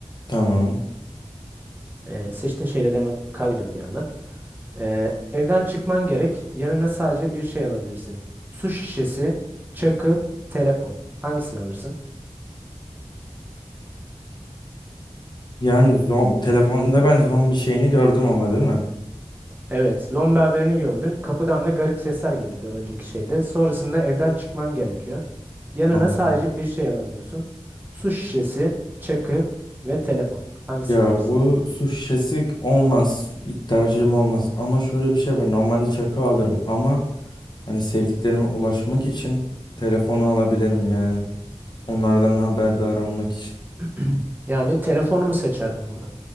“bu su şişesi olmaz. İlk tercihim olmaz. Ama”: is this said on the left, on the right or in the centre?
Left